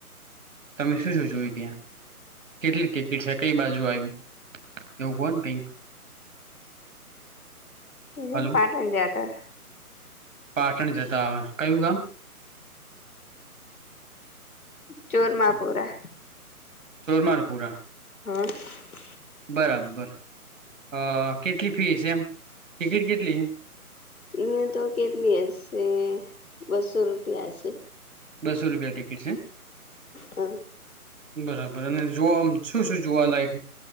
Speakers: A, on the right (about 60°); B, on the left (about 70°).
A: તમે શું શું જોય ત્યાં? કેટલી ટીકિટ છે, કઈ બાજુ આવ્યું એવું કો ને કંઈક હલો
B: એ પાટણ જાતા
A: પાટણ જતા આવે કયું ગામ?
B: ચોરમાપુરા.
A: ચોરમારપુરા.
B: હ.
A: બરાબર અ કેટલી ફી છે, એમ ટિકિટ કેટલી છે?
B: અહયા તો કેટલી હશે બસો રૂપિયા હશે
A: બસો રૂપિયા ટિકિટ છે
B: હ
A: બરાબર જો શું શું જોવાલાયક